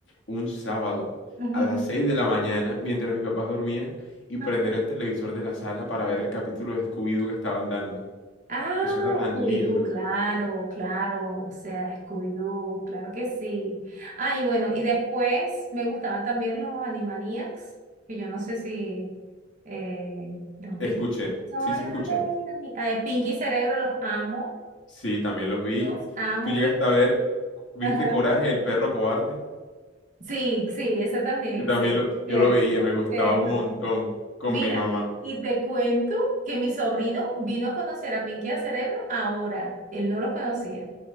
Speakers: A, on the left (about 85°); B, on the right (about 40°).
A: un sábado
B: Ujú.
A: a las 6 de la mañana mientras mis papás dormían y
B: Ajá.
A: prender el televisor de la sala para ver el capítulo de Scooby-Doo que estaban dando.
B: Ah,
A: Eso era tan
B: Scooby-Doo,
A: lindo.
B: claro, claro, o sea, Scooby-Doo, claro que sí. Ah, y bueno, y después me gustaban también los Animaniacs, que yo no sé si eh, los viste.
A: Escuché,
B: Es hora
A: sí, sí, escuché.
B: de ani- eh, Pinky y Cerebro, los amo,
A: Sí, también los vi.
B: los amo,
A: Tú llegaste
B: mi favor-
A: a ver, ¿viste
B: Ajá.
A: Coraje, el perro cobarde?
B: Sí, sí, esa también,
A: Yo también
B: sí,
A: lo,
B: cierto,
A: yo lo veía, me gustaba
B: cierto.
A: un montón con
B: Mira,
A: mi mamá.
B: y te cuento que mi sobrino vino a conocer a Pinky y a Cerebro ahora, él no los conocía.